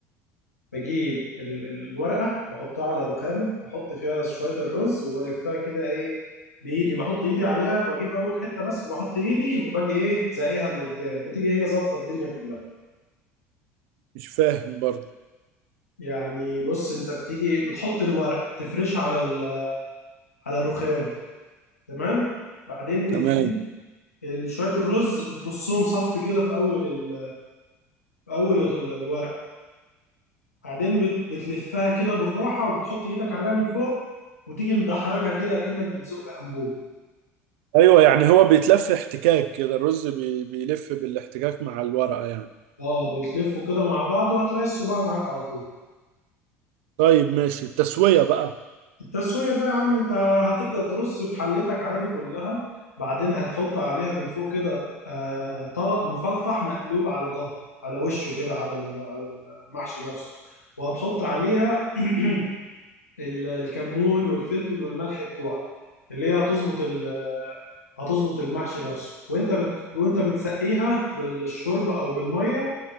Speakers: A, on the left; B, on the right.
A: بجيب ال- الورقة بحطها على رخامة بحط فيها شوية الرز وبلفها كده ايه بإيدي بحط إيدي عليها بجيب أول حتة بس وبحط إيدي وباجي إيه زقيها لقدام بتيجي هي ظابطة الدنيا كلها
B: مش فاهم برضه
A: يعني بص أنت بتيجي بتحط الورق تفرش على ال- على الرخام تمام بعدين بتجيب
B: تمام
A: ال- شوية الرز بترصهم صف كده في أول ال... في أول ال- الورق بعدين بت... بتلفها كده بالراحة وبتحط إيدك عليها من فوق وتيجي مدحرجها كده أكنك بتزق أنبوب
B: أيوه يعني هو بيتلف احتكاك كده الرز بي... بيلف بالاحتكاك مع الورقة يعني
A: اه بيتلفوا كده مع بعض وهتلاقي الصباع معاك على طول
B: طيب ماشي التسوية بقى
A: التسوية بقى يا عم انت هتبدأ ترص في حلتك عادي كلها بعدين هتحط عليها من فوق كده آه طبق مفلطح مقلوب على ظهر على وشه كده على ال- على المحشي نفسه وهتحط عليها <clears throat> ال- الكمون والفلفل والملح بتوعك اللي هي هتظبط ال- هتظبط المحشي نفسه وانت بت... وانت بتسقيها بالشوربة او بالمية